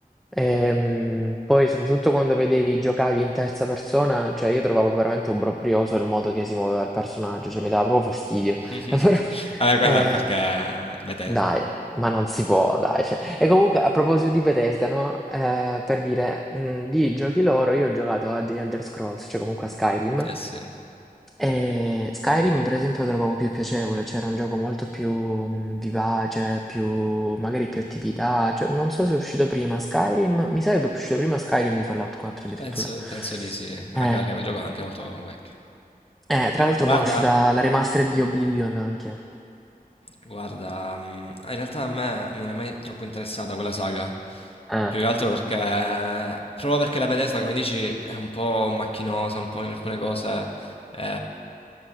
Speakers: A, in the centre; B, on the left.
A: Ehm, poi soprattutto quando vedevi giocavi in terza persona, cioè io trovavo veramente obbrobrioso il modo che si muoveva il personaggio, cioè mi dava proprio fastidio.
B: <laughs>
A: <laughs> Però,
B: Vabbè, quello
A: eh,
B: è perché Bethesda.
A: dai, ma non si può, dai, cioè, e comunque a proposito di Bethesda, no? Eh, per dire, mh, di giochi loro, io ho giocato a The Elder Scrolls, cioè comunque a Skyrim.
B: Eh sì,
A: E Skyrim, per esempio, lo trovavo più piacevole, c'era un gioco molto più mh, vivace, più, magari più attività. Cioè, non so se è uscito prima Skyrim, mi sa che è uscito prima Skyrim di Fallout 4 addirittura.
B: penso, penso di sì,
A: Eh,
B: anche perché quel gioco è anche molto vecchio.
A: eh, tra l'altro,
B: Guarda,
A: mo' è uscita la remastered di Oblivion anche.
B: Guarda, mm, in realtà a me non è mai troppo interessata quella saga,
A: Eh,
B: più che altro perché, proprio perché la Bethesda, come dici, è un po' macchinosa, un po' in alcune cose, eh,